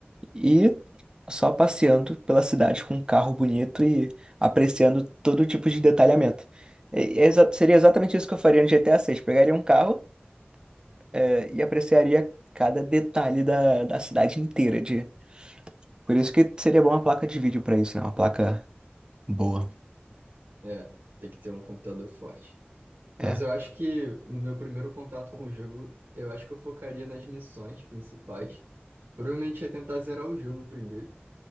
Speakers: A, on the right (about 20°); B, on the right (about 70°).
A: e só passeando pela cidade com um carro bonito e apreciando todo tipo de detalhamento. E- é exa- seria exatamente isso que eu faria no GTA VI. Pegaria um carro, é, e apreciaria cada detalhe da, da cidade inteira. De... Por isso que seria bom uma placa de vídeo pra isso, né? Uma placa boa.
B: É, tem que ter um computador forte. Mas
A: É.
B: eu acho que no meu primeiro contato com o jogo, eu acho que eu focaria nas missões principais. Provavelmente ia tentar zerar o jogo primeiro.